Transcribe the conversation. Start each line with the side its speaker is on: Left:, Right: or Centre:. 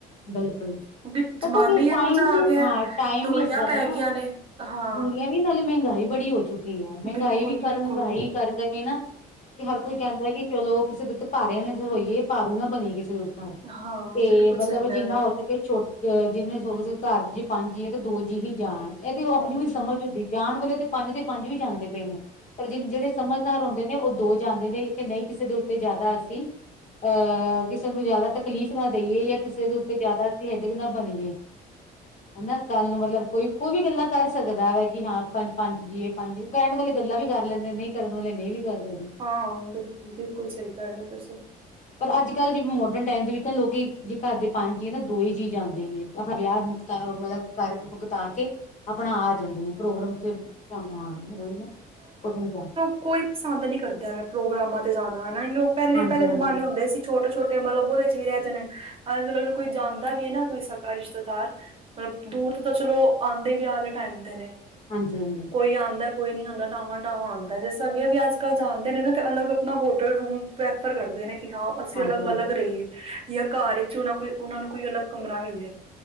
Left: ਬਿਲਕੁਲ।
Right: ਕਿਉਂਕਿ
Left: ਪਤਾ
Right: ਜ਼ਮਾਨਾ
Left: ਕੀ
Right: ਹੀ ਇਹੋ
Left: ਟਾਈਮ
Right: ਜਿਹਾ
Left: ਬਿ
Right: ਆ ਗਿਆ
Left: ਹਾਂ, ਟਾਈਮ
Right: ਦੂਰੀਆਂ
Left: ਵੀ ਇਸ ਤਰ੍ਹਾਂ
Right: ਪੈ
Left: ਦਾ
Right: ਗਈਆਂ
Left: ਨਾ,
Right: ਨੇ ਹਾਂ
Left: ਦੂਰੀਆਂ ਫਿਰ ਨਾਲੇ ਮਹਿੰਗਾਈ ਬੜੀ ਹੋ ਚੁੱਕ ਕੀਏ, ਮਹਿੰਗਾਈ
Right: ਬਿਲਕੁਲ-ਬਿਲਕੁਲ
Left: ਵੀ ਕਰ ਮਹਿੰਗਾਈ ਕਰਕੇ ਵੀ ਨਾ, ਤੇ ਹਰ ਕੋਈ ਕਹਿੰਦਾ ਕਿ ਚਲੋ, ਕਿਸੇ ਦੇ ਉੱਤੇ ਭਾਰੇ ਨਾ <inaudible> ਹੋਈਏ, ਭਾਰੂ ਨਾ ਬਣੀਏ ਕਿਸੇ ਦੇ
Right: ਹਾਂ,
Left: ਤੇ
Right: ਬਿਲਕੁਲ। ਸਹੀ
Left: ਮਤਲਬ
Right: ਕਹਿ
Left: ਜਿੰਨਾ
Right: ਰਹੇ
Left: ਹੋ ਸਕੇ, ਛੋਟ ਅ ਜਿੰਨੇ <unintelligible> ਘਰ ਚ ਜੇ ਪੰਜ ਜੀਅ ਤਾਂ ਦੋ ਜੀਅ ਹੀ ਜਾਣ। ਇਹ ਤੇ ਉਹ ਆਪਣੀ
Right: ਹੂੰ
Left: ਵੀ ਸਮਝ ਹੁੰਦੀ, ਜਾਣ ਵਾਲੇ ਤੇ ਪੰਜ ਤੇ ਪੰਜ ਵੀ ਜਾਂਦੇ ਪਏ ਨੇ, ਪਰ ਜੇ ਜਿਹੜੇ ਸਮਝਦਾਰ ਹੁੰਦੇ ਉਹ ਦੋ ਜਾਂਦੇ ਨੇ, ਕਿ ਨਹੀਂ ਕਿਸੇ ਦੇ ਉੱਤੇ ਜ਼ਿਆਦਾ ਅਸੀਂ ਆ, ਕਿਸੇ ਨੂੰ ਜ਼ਿਆਦਾ ਤਕਲੀਫ਼ ਨਾ ਦੇਈਏ, ਯ ਕਿਸੇ ਦੇ ਉੱਤੇ ਜ਼ਿਆਦਾ ਹੈਡੀਕ ਨਾ ਬਣੀਏ।
Right: <inaudible>
Left: ਹਨਾ, ਕੱਲ੍ਹ ਨੂੰ ਮਤਲਬ ਕੋਈ ਵੀ ਗੱਲਾਂ ਕਰ ਸਕਦਾ ਐ ਕਿ ਹਾਂ, ਪੰਜ-ਪੰਜ ਜੀਅ ਪੰਜ ਕਹਿਣ ਵਾਲੇ ਗੱਲਾਂ ਵੀ ਕਰ ਲੈਂਦੇ ਨੇ, ਨਈ ਕਰਨ ਵਾਲੇ ਨਈ ਵੀ ਕਰ ਲੈਂਦੇ।
Right: ਹਾਂ, ਬਿਲਕੁਲ, ਬਿਲਕੁਲ ਸਹੀ ਕਹ ਰਹੇ ਓ ਤੁਸੀਂ।
Left: ਪਰ ਅੱਜਕੱਲ੍ਹ, ਜਿਵੇਂ ਮਾਡਰਨ ਟਾਈਮ ਦੇ ਵੀ ਲੋਕੀ ਜੇ ਘਰ ਦੇ ਪੰਜ ਜੀਅ ਨੇ ਦੋ ਹੀ ਜੀਅ ਜਾਂਦੇ ਨੇ। ਆਪਣਾ ਵਿਆਹ ਮੁੱਕਤਾ ਮਤਲਬ ਘਰ ਮੁੱਕਤਾ ਕੇ ਆਪਣਾ ਆ ਜਾਏ ਨੇ। ਪ੍ਰੋਗਰਾਮ ਚ ਕੰਮਾਂ ਉਹਹੀ ਨਾ ਕਰ ਜਾ <inaudible>
Right: ਕੋਈ ਪਸੰਦ ਨਹੀਂ ਕਰਦਾ ਐਵੇਂ ਪ੍ਰੋਗਰਾਮਾਂ ਤੇ ਜਾਣਾ ਹਨਾ ਉਹ ਪਹਿਲੇ
Left: ਹਾਂਜੀ
Right: ਪਹਿਲੇ
Left: ਹਾਂਜੀ ਹਾਂਜੀ
Right: ਜਮਾਨੇ ਹੁੰਦੇ ਸੀ ਛੋਟੇ ਛੋਟੇ ਤੇ ਮਤਲਬ ਬ ਉਹਦੇ ਚ ਰਹਿ ਜਾਂਦੇ ਅੱਜ ਕੱਲ੍ਹ ਅਗਰ ਕੋਈ ਜਾਂਦਾ ਵੀ ਹੈ ਨਾ ਕੋਈ ਸਕਾ ਰਿਸ਼ਤੇਦਾਰ ਮਤਲਬ ਦੂਰ ਤੋਂ ਤਾਂ ਚਲੋ ਆਉਂਦੇ ਹੀ ਵਿਆਹ ਵਾਲੇ ਟਾਈਮ ਤੇ ਨੇ।
Left: ਹਾਂਜੀ ਹਾਂਜੀ।
Right: ਕੋਈ ਆਉਂਦਾ ਕੋਈ ਨੀ ਆਂਦਾ ਡਵਾਂ ਡਾਵਾਂ ਆਉਂਦਾ ਜਿਸ ਅੱਗੇ ਵੀ ਅੱਜ ਕੱਲ ਜਾਂਦੇ ਨੇ ਨਾ ਤੇ ਅਲਗ ਆਪਣਾ ਹੋਟਲ ਰੂਮ ਪ੍ਰੈਫਰ ਕਰਦੇ ਨੇ ਕਿ ਹਾਂ ਅਸੀਂ
Left: ਹਾਂਜੀ
Right: ਅਲੱਗ
Left: ਹਾਂਜੀ
Right: ਅਲੱਗ ਰਹੀਏ ਯਾ ਘਰ ਵਿੱਚ ਉਹ ਕੋਈ ਉਹਨਾਂ ਨੂੰ ਕੋਈ ਅਲੱਗ ਕਮਰਾ ਮਿਲੇ।